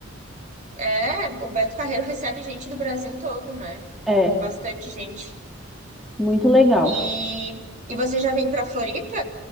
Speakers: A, on the right; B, in the centre.
A: É, o Beto Carreiro recebe gente do Brasil todo, né?
B: É,
A: Bastante gente.
B: muito legal.
A: E, e você já vem pra Floripa?